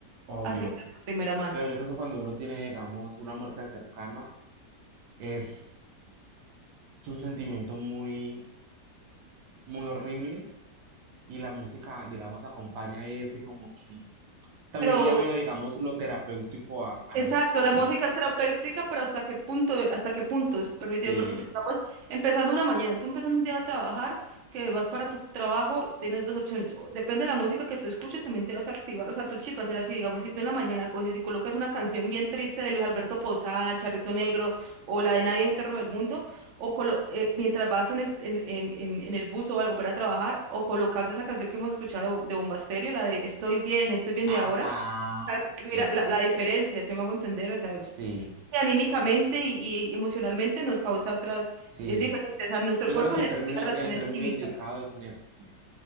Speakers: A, on the right; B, on the right.
A: obvio.
B: afectar de primera mano.
A: Pero yo creo que cuando uno tiene, digamos, una muerte cercana, es un sentimiento muy, muy horrible y la música, digamos, acompaña eso y como que también
B: Pero
A: le veo, digamos, lo terapéutico a, a
B: Exacto,
A: la música
B: la
A: triste.
B: música es terapéutica, pero hasta qué punto, hasta qué punto es permitido,
A: Sí,
B: porque por ejemplo, empezando una mañana, tú empezando un día a trabajar, que vas para tu trabajo, tienes dos opciones, o depende de la música que tú escuches, también te vas a activar, o sea, tu chip va a ser así, digamos, si tú en la mañana coges y colocas una canción bien triste de Luis Alberto Posada, El Charrito Negro, o la de Nadie es Eterno del Mundo, o colo- eh, mientras vas en el, en, en, en- en el bus o algo para trabajar, o colocas esa canción que hemos escuchado de, Bo- de Bomba Estéreo, la de Estoy bien, estoy bien
A: ajá,
B: de ahora, sea, Mira,
A: total,
B: la, la diferencia, si me hago entender, o sea, us-
A: sí,
B: anímicamente y, y emocionalmente nos causa otra,
A: sí.
B: es diferente, o sea, nuestro
A: Yo
B: cuerpo
A: creo que
B: genera
A: el término,
B: reacciones
A: el término
B: químicas,
A: indicado es energía,